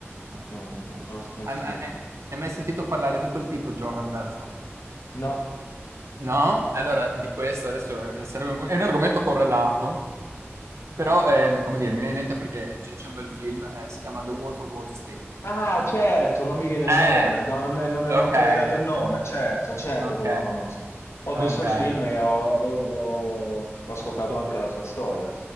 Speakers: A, on the right; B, on the left.
A: Ah,
B: No, no,
A: ok.
B: non conosco nessuno.
A: Hai ma- hai- hai mai sentito parlare di quel tipo, Jordan Belfort?
B: No,
A: No? Allora, di questo adesso eh, sarebbe un- è un argomento correlato, però, eh, come dire, mi viene in mente perché c'è c'è un bel film, eh, si chiama The Wolf of Wall Street.
B: Ah, certo, non mi viene il
A: Eh,
B: nome, no, non, me, non me
A: ok,
B: ne ho collegato
A: ok,
B: il nome, certo, certo
A: ok,
B: che lo conosco. Ho visto
A: ok,
B: il film
A: ok.
B: e ho, ho- ho- ho ascoltato anche la sua storia.